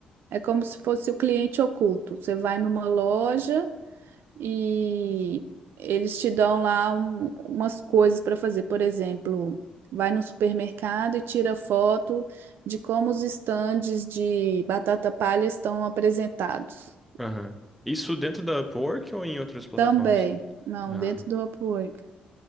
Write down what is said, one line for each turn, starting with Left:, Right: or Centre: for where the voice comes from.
Right: É como se fosse o cliente oculto. Você vai numa loja e eles te dão lá um- umas coisas para fazer. Por exemplo, vai no supermercado e tira foto de como os estandes de batata palha estão apresentados.
Centre: Aham. Isso dentro da Upwork ou em outras plataformas?
Right: Também. Não,
Centre: Ah.
Right: dentro do Upwork.